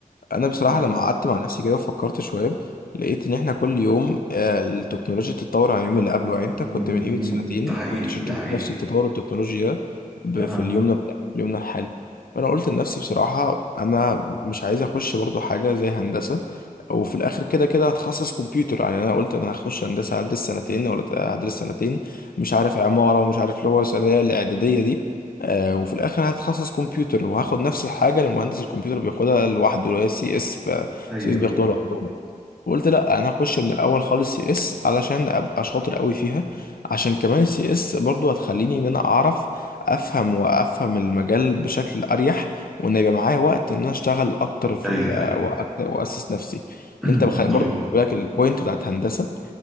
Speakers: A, on the left (about 80°); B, in the centre.
A: انا بصراحه
B: م-
A: لما قعدت مع نفسي كده وفكرت شويه لقيت ان احنا كل يوم آه، التكنولوجيا بتتطور عن اليوم اللي قبله يعني انت
B: م-
A: كنت من قيمه
B: م-
A: سنتين
B: ده حقيقي
A: كنت شفت
B: ده حقيقي
A: نفس التطور التكنولوجي ده ب-
B: اها
A: في اليومنا بتاع في يومنا الحالي فانا قلت لنفسي بصراحه انا مش عايز اخش برضو حاجه زي هندسه وفي الاخر كده كده هتخصص كمبيوتر يعني انا قلت انا هخش هندسه هدرس سنتين ولا هدرس سنتين مش عارف عماره ومش عارف اللي هو الثانويه الاعداديه دي آه، وفي الاخر هتخصص كمبيوتر وهاخد نفس الحاجه اللي مهندس الكمبيوتر بياخدها لوحده اللي هي سي اس
B: ايوه
A: سي اس بياخدوها
B: ايوه
A: لوحدهم وقلت لا انا هخش من الاول خالص سي اس علشان ابقى شاطر قوي فيها عشان كمان السي اس برضو هتخليني ان انا اعرف افهم وافهم المجال بشكل اريح وان يبقى معايا وقت ان انا اشتغل اكتر في
B: ايوه
A: ال-
B: ايوه
A: وأك- واسس نفسي
B: <clears throat>
A: ان انت بخ- برضو خلي بالك البوينت بتاعت هندسه